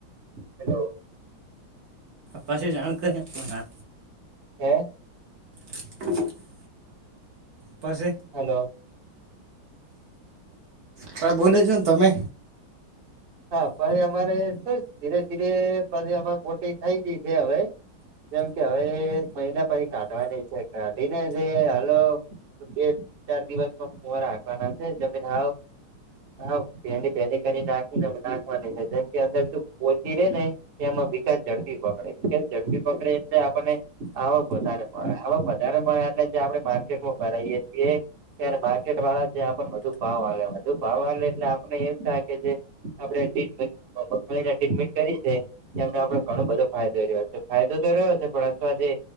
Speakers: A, on the right; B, on the right.
A: હલો
B: પશી જાણ કરી આપું ના
A: હે
B: <unintelligible> પાસે
A: હલો
B: ક બોલે છો ને તમે
A: હા પણ અમારે શું ધીરે ધીરે પછી અમારે મોટી થઈ ગઈ છે હવે જેમ કે હવે મહિના પછી કાઢવાની છે કાઢીને જે હાલો બે ચાર દિવસમાં કુંવારા રાખવાના છે જમે હાવ હા ભેડી ભેડી કરી નાખીને નાખવા છે જેમ કે અંદર શું પોછી રે ને એમાં વિકાસ ઝડપી પકડે વિકાસ ઝડપી પકડે એટલે આપણને આવક વધારે આવક વધારે મળે એટલે જે આપડે માર્કેટમાં ભરાઈએ છીએ ત્યારે માર્કેટ વાળા છે આપને વધુ ભાવ આવે વધુ ભાવ આવેે એટલે આપણને એમ થાય કે જે આપડે ટ્રીટમે મગફળીમાં ટ્રીટમેન્ટ કરી છે. એમને આપડે ઘણો બધો ફાયદો રહ્યો છે ફાયદો તો રહ્યો છે પણ અથવા જે